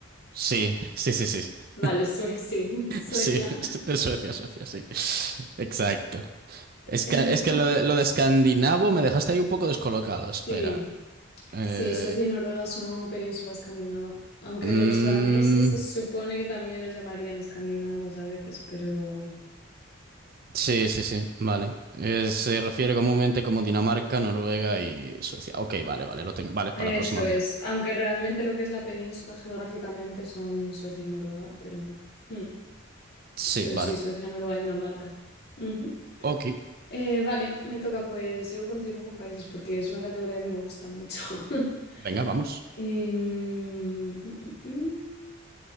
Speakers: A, on the right; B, on the left.
A: Sí, <laughs> sí, sí, sí. <laughs>
B: Vale, Suecia, <laughs> sí, Suecia.
A: Sí, es
B: <laughs>
A: es Suecia, Suecia, sí. Exacto. Es que,
B: Eh,
A: es que lo de, lo
B: <laughs>
A: de escandinavo me dejaste ahí un poco descolocado.
B: Sí,
A: Espera. Eh,
B: sí, Suecia y Noruega son península escandinava, aunque
A: mm,
B: los daneses se supone que también los llamarían escandinavos a veces, pero
A: sí, sí, sí, vale. Eh, se refiere comúnmente como Dinamarca, Noruega y Suecia. Ok, vale, vale, lo tengo. Vale, para
B: eso
A: la próxima
B: es,
A: ya.
B: aunque realmente lo que es la península geográficamente son Suecia y Noruega, pero, mm,
A: Sí,
B: pero
A: vale.
B: sí, Suecia, Noruega y Dinamarca. Ujú.
A: Ok.
B: Eh, vale, me toca pues, yo continúo con países porque es una categoría que me gusta mucho. <laughs>
A: Venga, vamos.
B: Em, mm, mm, mm, mm.